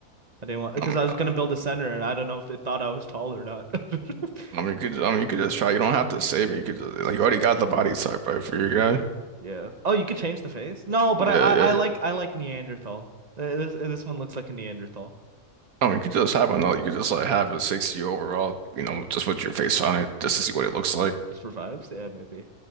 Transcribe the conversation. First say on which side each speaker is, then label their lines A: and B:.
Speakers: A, on the right (about 30°); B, on the right (about 65°).
A: I didn't want because
B: Um,
A: I was gonna build a center, and I don't know if they thought I was tall or not. <laughs>
B: I mean, you could, I mean, you could just try. You don't have to save it. You could just, like, you already got the body type, right, for your guy.
A: Yeah. Oh, you could change the face? No, but
B: Yeah,
A: I I,
B: yeah.
A: I like I like Neanderthal. Uh, This uh, this one looks like a Neanderthal.
B: I mean, you could just have another. You could just like have a 60 overall. You know, just with your face on it, just to see what it looks like.
A: Just revives? Yeah, maybe.